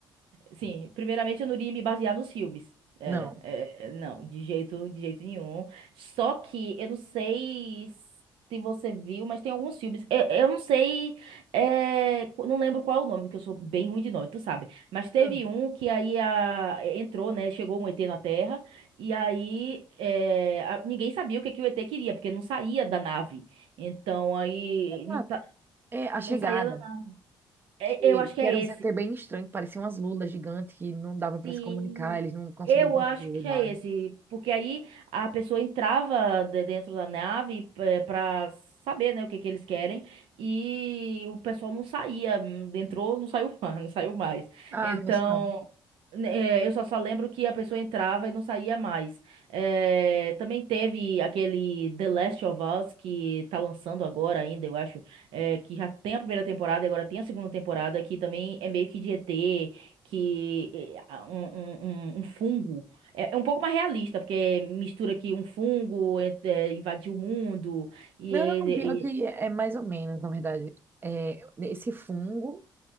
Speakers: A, on the right; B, on the right.
A: Sim, primeiramente eu não iria me basear nos filmes. É,
B: Não.
A: é, não, de jeito, de jeito nenhum. Só que eu não sei se você viu, mas tem alguns filmes. Eu, eu não sei, é, qu- não lembro qual é o nome, porque eu sou bem ruim de nome, tu sabe. Mas teve
B: Hum.
A: um que aí a, entrou, né? Chegou um ET na Terra, e aí é, a- ninguém sabia o que, que o ET queria, porque não saía da nave. Então aí não,
B: Ah,
A: sa-
B: É a
A: não
B: chegada,
A: saía da nave.
B: que,
A: Eu acho
B: que
A: que é
B: era
A: esse.
B: um ZT bem estranho, que parecia umas lulas gigantes que não dava para
A: Sim,
B: se comunicar, eles não conseguiam
A: eu
B: dizer
A: acho que
B: nada.
A: é esse, porque aí a pessoa entrava de- dentro da nave para saber, né, o que que eles querem e o pessoal não saía, hum, entrou, não saiu <laughs> mais, não saiu mais.
B: Ah,
A: Então,
B: não, isso não.
A: né, eh, eu só só lembro que a pessoa entrava e não saía mais. Eh, também teve aquele The Last of Us que tá lançando agora ainda, eu acho, eh, que já tem a primeira temporada e agora tem a segunda temporada que também é meio que de E T que eh, um, um, um- um fungo é, é um pouco mais realista, porque mistura que um fungo eh, eh, invadiu o mundo e
B: Não,
A: ele.
B: pior que
A: e-
B: é é mais ou menos, na verdade. É, esse fungo